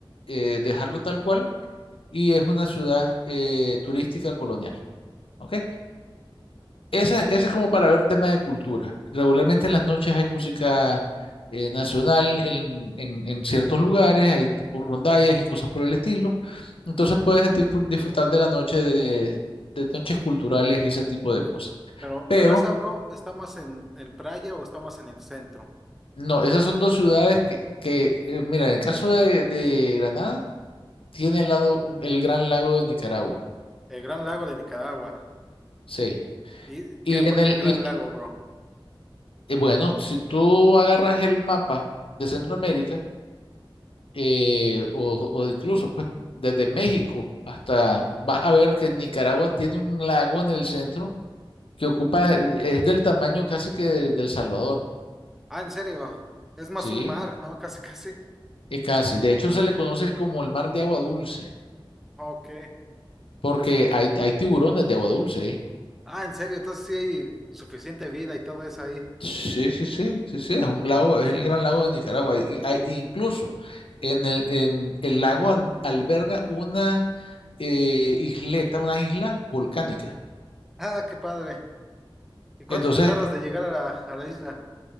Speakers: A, on the left (about 85°); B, in the centre.
A: eh, dejarlo tal cual, y es una ciudad eh, turística colonial. ¿ok? Esa, esa es como para ver tema de cultura. Regularmente en las noches hay música eh, nacional en, en- en ciertos lugares, hay tipo rondallas y cosas por el estilo. Entonces puedes discu- disfrutar de la noche de, de noches culturales y ese tipo de cosas.
B: Pero,
A: Pero
B: pero esa, bro, ¿está más en, en playa o está más en el centro?
A: no, esas son dos ciudades que, que, eh, mira, en el caso de de Granada, Tiene al lado un- el Gran Lago de Nicaragua.
B: El Gran Lago de Nicaragua.
A: Sí.
B: ¿Y
A: Y
B: qué? ¿Por
A: en el,
B: qué Gran
A: y en-
B: Lago, bro?
A: eh, bueno, si tú agarras el mapa de Centroamérica, eh, o, o incluso pues, desde México hasta, vas a ver que Nicaragua tiene un lago en el centro que ocupa, eh, es del tamaño casi que de- del Salvador,
B: Ah, en serio. Es más
A: ¿sí?
B: un mar, ¿no? Casi, casi.
A: Es casi. De hecho, se le conoce como el mar de agua dulce,
B: Ok.
A: porque hay, hay tiburones de agua dulce ahí.
B: Ah, en serio. Entonces sí hay suficiente vida y todo eso ahí.
A: Sí, sí, sí, sí, sí, es un lago, es el gran lago de Nicaragua. Y hay, incluso en el, en el lago al- alberga una eh, isleta, una isla volcánica.
B: Ah, qué padre. ¿Y cuánto
A: Entonces,
B: te tardas de llegar a la, a la isla?